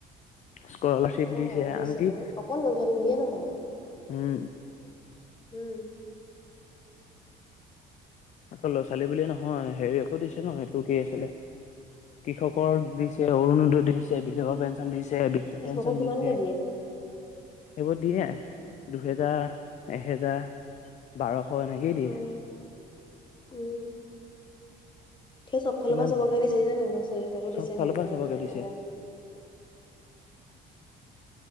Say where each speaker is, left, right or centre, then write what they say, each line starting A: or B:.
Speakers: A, on the left; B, on the left.
A: স্কলাৰশ্বিপ
B: অ',
A: দিছে আনকি
B: তোৰ অকল ল'ৰা ছোৱালী বুলিয়ে নহয়।
A: উম।
B: উম।
A: আকৌ ল'ৰা ছোৱালী বুলিয়ে নহয়, হেৰি আকো দিছে ন এইটো কি আছিলে কৃষক কৰ দিছে, অৰুণোদয় দিছে, বিধৱা পেঞ্চন দিছে বদ্ধ
B: কৃষকক
A: পেঞ্চন
B: কিমানকে
A: দিছে,
B: দিয়ে।
A: এইবোৰ দিয়ে দুহেজাৰ, এহেজাৰ, বাৰশ এনেকেই দিয়ে।
B: উম, উম। চব
A: কিমান
B: ফালৰ পৰা চবকে দিচে। <unintelligible>
A: চব ফালৰ
B: নিজৰ
A: পৰা চবকে
B: মতে
A: দিছে
B: মানে
A: <unintelligible>